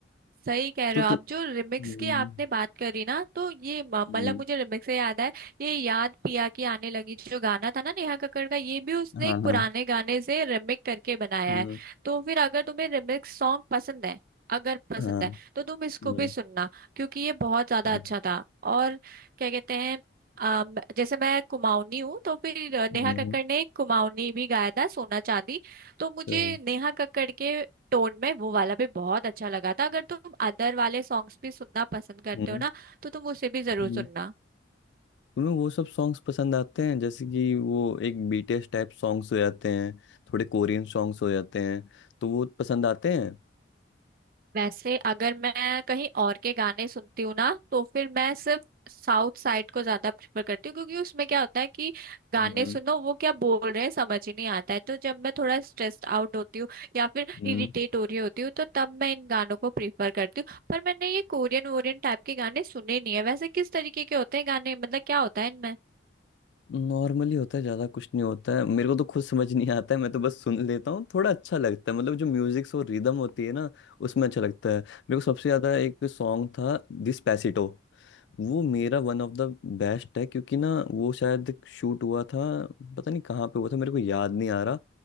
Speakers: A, on the right; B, on the left.
A: सही कह रहे
B: तो
A: हो
B: तुम
A: आप जो रिमिक्स
B: हम्म,
A: की आपने बात करी ना तो ये म-
B: हम्म,
A: मतलब मुझे रिमिक्स से याद है ये याद पिया की आने लगी जो गाना था ना नेहा कक्कड़ का ये भी उसने
B: हाँ
A: एक पुराने
B: हाँ
A: गाने से रिमिक करके बनाया
B: हम्म,
A: है तो फिर अगर तुम्हें रिमिक्स सॉन्ग पसंद है अगर पसंद
B: हाँ
A: है तो तुम इसको
B: हम्म,
A: भी सुनना क्योंकि ये बहुत ज्यादा
B: हम्म,
A: अच्छा था और क्या कहते हैं अम, जैसे मैं कुमाऊनी हूँ तो फिर नेहा
B: हम्म,
A: कक्कड़ ने एक कुमाऊनी भी गाया था सोना चांदी तो मुझे
B: हम्म,
A: नेहा कक्कड़ के टोन में वो वाला भी बहुत अच्छा लगा था अगर तुम अदर वाले सॉन्ग्स भी सुनना पसंद करते
B: हम्म,
A: हो ना तो तुम उसे भी जरूर
B: हम्म,
A: सुनना
B: तुम्हें वो सब सॉन्ग्स पसंद आते हैं जैसे कि वो एक बीटीएस टाइप सॉन्ग्स हो जाते हैं थोड़े कोरियन सॉन्ग्स हो जाते हैं तो वो पसंद आते हैं
A: वैसे अगर मैं कहीं और के गाने सुनती हूँ ना तो फिर मैं सिर्फ साउथ साइड को ज्यादा प्रेफर करती हूँ क्योंकि उसमें क्या होता है कि गाने
B: हम्म
A: सुनो वो क्या बोल रहे हैं समझ ही नहीं आता है तो जब मैं थोड़ा स्ट्रेस्ड आउट होती हूँ या फिर
B: हम्म
A: इरिटेट हो रही होती हूँ तो तब मैं इन गानों को प्रेफर करती हूँ पर मैंने ये कोरियन वोरियन टाइप के गाने सुने नहीं है वैसे किस तरीके के होते हैं गाने मतलब क्या होता है इनमें
B: नॉर्मली होता है ज़्यादा कुछ नहीं होता है मेरे को तो खुद समझ नहीं आता है मैं तो बस सुन लेता हूँ थोड़ा अच्छा लगता है मतलब जो म्यूजिक और रिदम होती है ना उसमें अच्छा लगता है मेरे को सबसे ज़्यादा एक सॉन्ग था डिस्पैसिटो वो मेरा वन ऑफ द बेस्ट है क्योंकि ना वो शायद शूट हुआ था पता नहीं कहाँ पे हुआ था मेरे को याद नहीं आ रहा